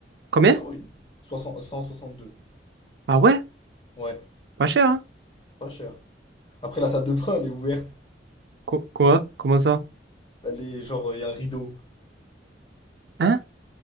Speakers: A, on the right (about 65°); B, on the left (about 30°).
A: Combien?
B: Ah oui. soixante cent soixante-deux
A: Ah ouais,
B: Ouais,
A: pas cher, hein?
B: pas cher. Après, la salle de bain, elle est ouverte.
A: Qu- quoi? Comment ça?
B: Elle est genre, il y a un rideau.
A: Hein?